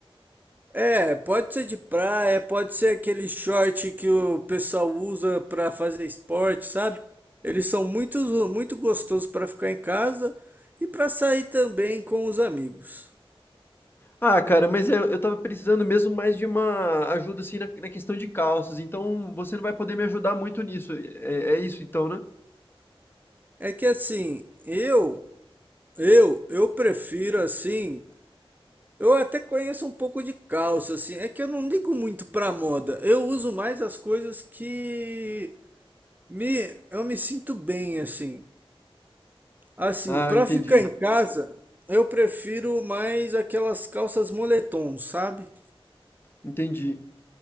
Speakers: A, on the right (about 20°); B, on the left (about 20°).
A: É, pode ser de praia, pode ser aquele short que o pessoal usa pra fazer esporte, sabe? Eles são muito, muito gostosos pra ficar em casa e pra sair também com os amigos.
B: Ah, cara, mas eu, eu tava precisando mesmo mais de uma ajuda, assim, na, na questão de calças. Então, você não vai poder me ajudar muito nisso. É, é isso, então, né?
A: É que assim, eu Eu, eu prefiro assim. Eu até conheço um pouco de calça, assim. É que eu não ligo muito pra moda. Eu uso mais as coisas que me, eu me sinto bem, assim. Assim,
B: Ah,
A: pra
B: entendi.
A: ficar em casa, eu prefiro mais aquelas calças moletom, sabe?
B: Entendi.